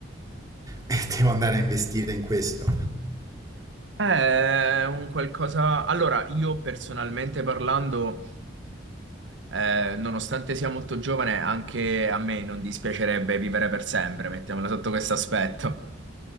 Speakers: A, on the right; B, on the right.
A: e <laughs> devo andare a investire in questo.
B: è un qualcosa... Allora, io personalmente parlando... Eh, nonostante sia molto giovane, anche a me non dispiacerebbe vivere per sempre, mettiamola sotto questo aspetto.